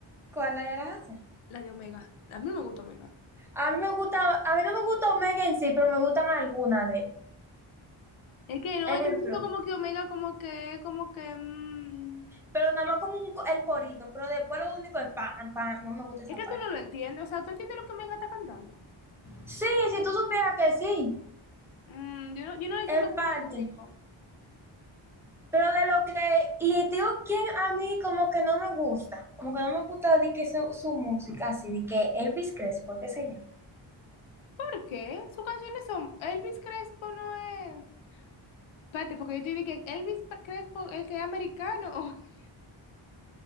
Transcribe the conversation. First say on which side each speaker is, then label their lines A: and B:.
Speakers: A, in the centre; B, on the left.
A: ¿cuál era la Hazán?
B: La de Omega. A mí no me gusta Omega.
A: A mí me gusta, a mí no me gusta Omega en sí, pero me gustan algunas de él.
B: Es que no,
A: Ejemplo,
B: es que siento como que Omega como que, como que, mm,
A: pero nada más como un co- el corito, pero después lo único es pam, pam, no me gusta esa
B: Es que
A: parte.
B: tú no lo entiendes, o sea, ¿tú entiendes lo que Omega está cantando?
A: Sí, si tú supieras que sí,
B: Mm, yo no, yo no le siento
A: en
B: como
A: parte.
B: el ritmo.
A: Pero de lo que, y te digo quién a mí como que no me gusta, como que no me gusta de que su, su música, así, de que Elvis Crespo, qué sé yo.
B: ¿Por qué? Sus canciones son Elvis Crespo no es. Espérate, porque yo te dije que Elvis P- Crespo, el que es americano, <laughs>